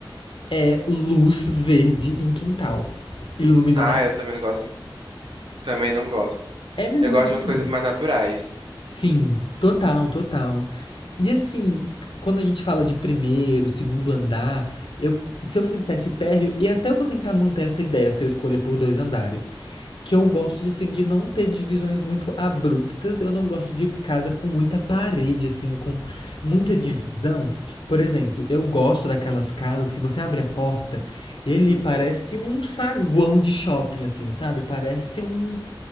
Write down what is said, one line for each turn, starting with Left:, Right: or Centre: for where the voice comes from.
Left: é luz verde em quintal, iluminando
Right: Ai,
Left: a.
Right: eu também não gosto. Também não gosto.
Left: É muito
Right: Eu gosto de umas coisas mais naturais.
Left: Sim, total, total. E assim, quando a gente fala de primeiro, segundo andar, eu, se eu fizesse térreo, e até eu vou tentar manter essa ideia se eu escolher por dois andares, que eu gosto de, assim, de não ter divisões muito abruptas, eu não gosto de casa com muita parede, assim, com muita divisão.
Right: Uhum.
Left: Por exemplo, eu gosto daquelas casas que você abre a porta, ele parece um saguão de shopping, assim, sabe? Parece um,